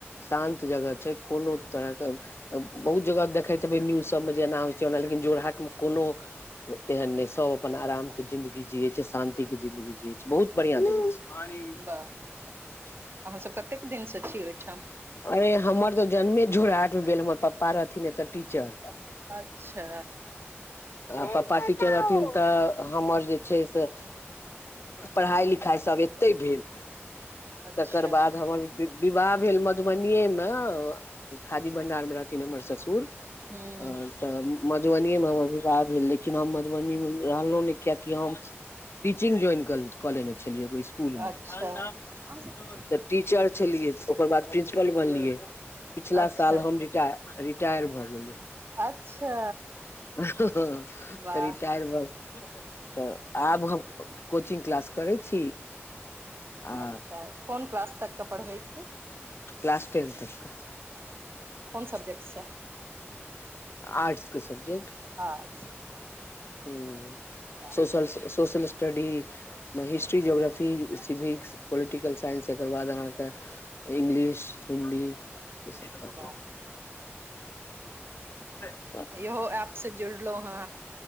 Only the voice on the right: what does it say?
वाह अहाँ सब कतेक दिन सऽ छी ओहिठाम
अच्छा
अच्छा
हूँ
अच्छा अच्छा
अच्छा
अच्छा
वाह
अच्छा कोन क्लास तकके पढ़बै छिये
कोन सब्जेक्ट से
आर्ट्स
वाह
अच्छा,
वाह
इहो ऐप से जुड़लहु हँ